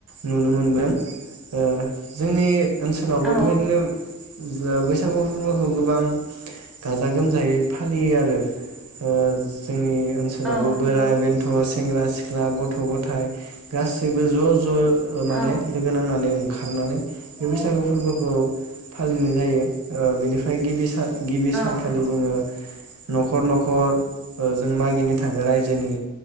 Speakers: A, on the right; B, in the centre.
A: नुनो मोनदों। ओ जोंनि ओनसोलावबो
B: औ
A: बेबायदिनो जा बै बैसागु फोरबोखौ गोबां गाजा गोमजायै फालियो आरो ओ जोंनि ओनसोलावबो
B: औ नंगौ
A: बोराय बेन्थ' सेंग्रा -सिख्ला गथ' ग'थाय गासैबो ज-ज ओ
B: औ
A: माने लोगो नांनानै ओं खारनानै
B: औ
A: बे बैसागो फोरबोखौ फालिनाय जायो। ओ बिनिफ्राय गिबि सान गिबि सानखालि
B: औ नंगौ औ नंगौ
A: जोङो नखर- नखर ओ जों मागिनो थाङो रायजोनि